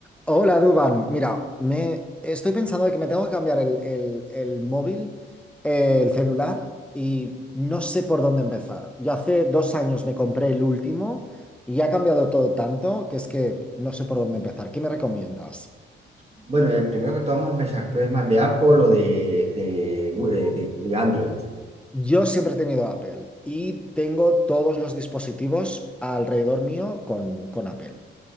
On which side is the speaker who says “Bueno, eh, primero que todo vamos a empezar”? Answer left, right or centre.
Right